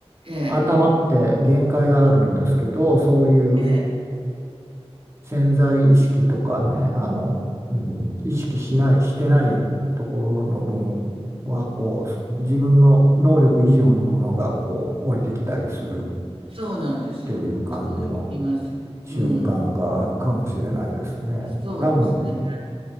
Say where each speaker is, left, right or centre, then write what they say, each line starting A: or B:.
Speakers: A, on the right (about 60°); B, on the right (about 25°).
A: ええ、
B: 頭って限界があるんですけど、そういう
A: ええ、
B: 潜在意識とかね、あの、うん、意識しない、してないところの分は、こう、自分の能力以上のものが、こう、降りてきたりするっ
A: そうなんですよ。
B: ていう感じの
A: そう言いますよ。
B: 瞬間があるかもしれないですね。
A: うん。そうですね。
B: 多分